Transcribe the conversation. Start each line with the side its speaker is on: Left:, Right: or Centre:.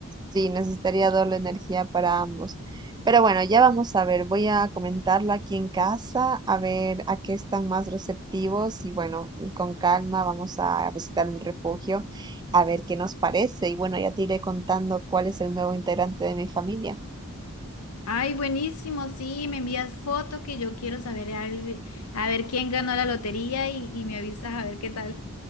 Right: Sí, necesitaría doble energía para ambos. Pero bueno, ya vamos a ver. Voy a comentarlo aquí en casa, a ver a qué están más receptivos y bueno, con calma vamos a visitar el refugio, a ver qué nos parece. Y bueno, ya te iré contando cuál es el nuevo integrante de mi familia.
Left: Ay, buenísimo, sí, me envías foto que yo quiero saber al- a ver quién ganó la lotería y, y me avisas a ver qué tal.